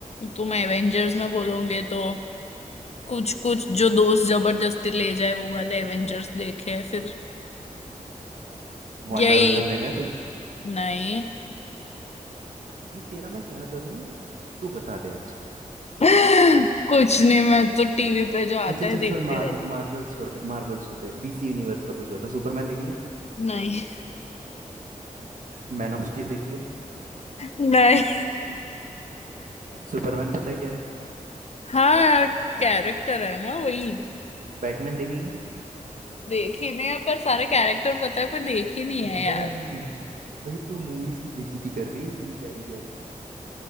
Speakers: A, on the left (about 50°); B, on the right (about 65°).
A: तुम एवेंजर्स में बोलोगे तो कुछ कुछ जो दोस्त जबरदस्ती ले जाए वो वाले एवेंजर्स देखे फिर
B: वांडा
A: यही
B: विजन देखा है तूने
A: नहीं
B: भाई तेरा मैं क्या करूं तू बता दे आज
A: <laughs> कुछ नहीं मैं तो टीवी पे जो आता
B: अच्छा
A: है
B: चल
A: देखती
B: छोड़ मार
A: रहती
B: मार्वल
A: हूँ
B: छोड़ दे मार्वल छोड़ दे डीसी यूनिवर्स का कुछ बता सुपरमैन देखी है
A: नहीं
B: मैन ऑफ स्टील देखी है
A: <laughs> नहीं
B: सुपरमैन पता है क्या है
A: हाँ यार कैरेक्टर है ना वही
B: बैटमैन देखी है
A: देखे नहीं है पर सारे कैरेक्टर पता है पर देखी नहीं
B: मैं-
A: है यार
B: भाई तू मूवीज की बेइज्जती कर रही है इतनी प्यारी प्यारी